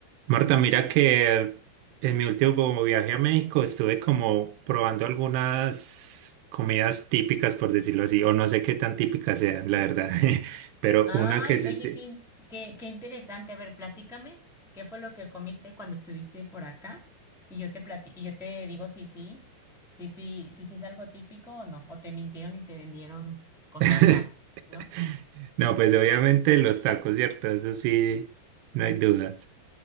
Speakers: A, on the right; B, in the centre.
A: Marta, mira que en mi último viaje a México estuve como probando algunas comidas típicas, por decirlo así, o no sé qué tan típicas sean, la verdad, <laughs> pero
B: Ay,
A: una que sí,
B: oye,
A: sí.
B: qué, in- qué, qué interesante. A ver, platícame, ¿qué fue lo que comiste cuando estuviste por acá? Y yo te plati- y yo te digo si sí, si sí, si sí es algo típico o no, o te mintieron y te vendieron cosas
A: <laughs>
B: raras, ¿no?
A: No, pues obviamente los tacos, ¿cierto? Eso sí, no hay dudas.